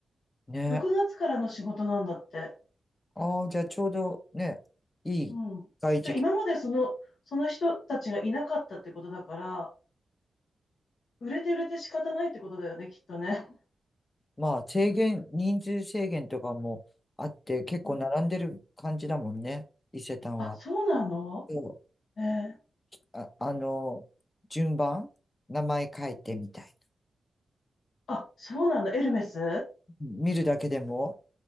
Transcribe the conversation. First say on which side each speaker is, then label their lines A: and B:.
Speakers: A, on the left; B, on the left.
A: ね。
B: 6月からの仕事なんだって。
A: ああ、じゃあちょうどね、いい外時期。
B: うん。で、今までその、その人たちがいなかったってことだから、売れて売れて仕方ないってことだよね、きっとね。
A: まあ、制限、人数制限とかもあって、結構並んでる感じだもんね、
B: うん
A: 伊勢丹は。
B: あ、そうなの
A: そう。
B: えー
A: あ、あの、順番、名前書いてみたい
B: あ、そうなんだ。エルメス
A: な。見るだけでも